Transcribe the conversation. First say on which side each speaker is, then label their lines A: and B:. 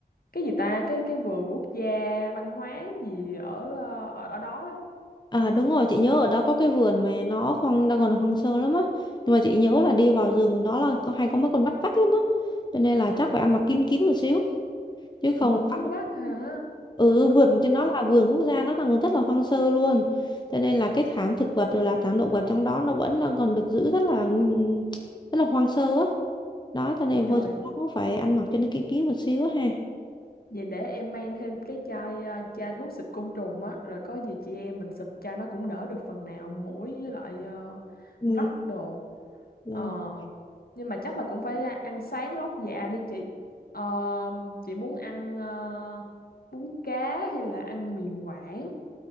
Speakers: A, on the left; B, on the left.
A: cái gì ta cái cái vườn quốc gia văn hóa gì ở ờ, ở, ở đó đó
B: à đúng rồi chị nhớ ở đó có cái vườn mà nó hoang đang còn hoang sơ lắm á nhưng mà chị nhớ là đi vào rừng đó là có hay có mấy con bắt vắt lắm á cho nên là chắc phải ăn mặc kín kín một xíu chứ không
A: ủa
B: là
A: có vắt
B: bắt
A: hả
B: ừ vườn cho nó là vườn quốc gia nó là rất là hoang sơ luôn cho nên là cái thảm thực vật rồi là thảm động vật trong đó nó vẫn đang còn được giữ rất là ừm, rất là hoang sơ á đó cho nên
A: trời
B: vô trong đó cũng phải ăn mặc cho nó kỹ kỹ một xíu á ha
A: Vậy để em mang thêm cái chai à, chai thuốc xịt côn trùng á, rồi có gì chị em mình xịt chai nó cũng đỡ được phần nào muỗi với lại ờ,
B: ừ,
A: vắt đồ.
B: dạ.
A: Ờ, nhưng mà chắc là cũng phải à, ăn sáng lót dạ đi chị. Ờ, chị muốn ăn ờ, bún cá hay là ăn mì Quảng?